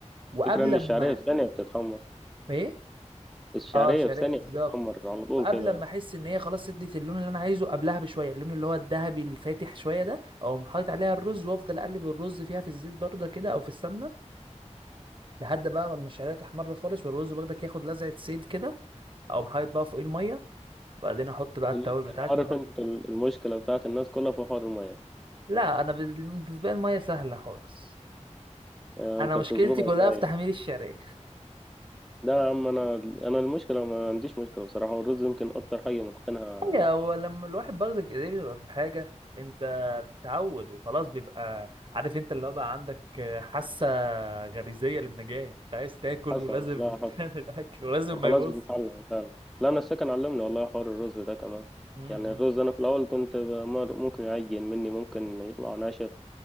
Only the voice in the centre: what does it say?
الفكره ان الشعريه
في ثانيه بتتحمر
الشعريه
في ثانيه
بتتحمر على طول
كده
ال-
عارف
انت ال- المشكله بتاعت الناس كلها في حوار الميه
اه،
انت
بتظبطها
ازاي
ده يا عم انا انا المشكله ما عنديش مشكله بصراحه والرز يمكن اكتر حاجه متقنها
حصل
لا
حصل
وخلاص
بتتعلم فعلا لا انا السكن علمني والله حوار الرز ده كمان
يعني الرز انا في الاول كنت ب- مر- ممكن يعجن مني ممكن يطلع ناشف